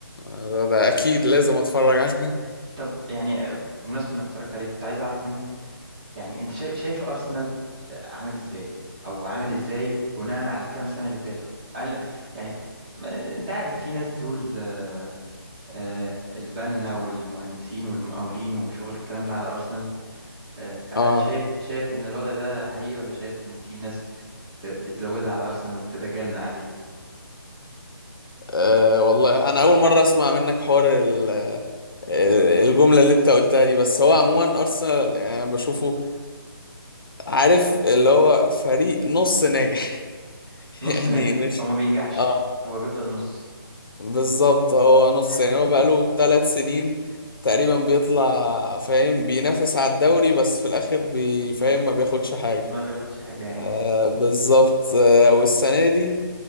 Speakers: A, on the left; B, on the right.
A: ده, ده اكيد لازم اتفرج عليه <laughs>
B: طب يعني أه، بمناسبه انك اتفرجت عليه كنت عايز اعرف منك يعني انت شايف شايف ارسنال عامل ازاي او عامل ازاي بناء على الكام سنه اللي فاتوا هل يعني ما- انت عارف في ناس بتقول أه، أه، البنا والمهندسين والمقاولين وشغل الكلام ده على ارسنال أه، هل-
A: آه.
B: شايف شايف ان الوضع ده حقيقي ولا شايف ان في ناس بتزودها على أرسنال وبتتجنى عليه
A: اه والله انا اول مره اسمع منك حوار ال- ال- الجمله اللي انت قلتها دي بس هو عموما ارسنال يعني أنا بشوفه عارف اللي هو فريق نص ناجح <laughs>
B: نص
A: يعني
B: ناجح
A: مش
B: هو ما بينجحش
A: اه
B: هو بيفضل نص
A: بالظبط هو نص
B: <laughs>
A: يعني هو بقاله ثلاث سنين تقريبا بيطلع فاهم بينافس على الدوري بس في الاخر بيفهم ما بياخدش حاجة
B: ما بياخدش حاجة يا عيني
A: آه بالظبط آه والسنة دي